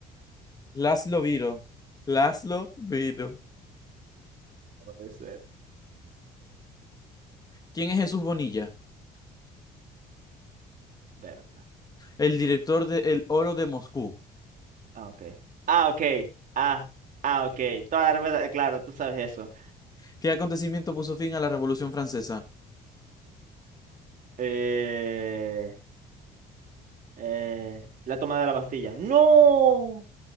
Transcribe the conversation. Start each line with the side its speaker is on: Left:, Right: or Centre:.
Left: Laszlo Viro. Laszlo Viro.
Right: no puede ser,
Left: ¿Quién es Jesús Bonilla?
Right: Berta.
Left: El director de El Oro de Moscú.
Right: Ah, ok. Ah, ok. Ah, ah, ok. Toda la respuesta, eh, claro, tú sabes eso.
Left: ¿Qué acontecimiento puso fin a la Revolución Francesa?
Right: Eh, eh, la toma de la Bastilla. ¡No!